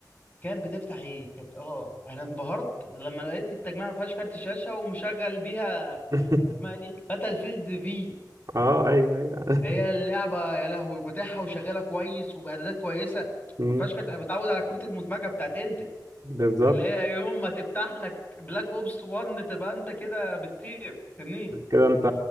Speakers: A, on the left; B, on the right.
A: كانت بتفتح ايه كانت اه انا انبهرت لما لقيت التجميع ما فيهاش كارت شاشه ومشغل بيها
B: <laughs>
A: اسمها ايه دي باتل فيلد في
B: اه ايوه ايوه
A: ده هي اللعبه يا لهوي فاتحها وشغاله كويس وباعدادات كويسه
B: مم.
A: ما فيهاش كارت انا بتعود على كروت المدمجه بتاعت انت
B: بالظبط
A: اللي هي يوم ما تفتح لك بلاك اوبس 1 تبقى انت كده بتطير تنين
B: كده انت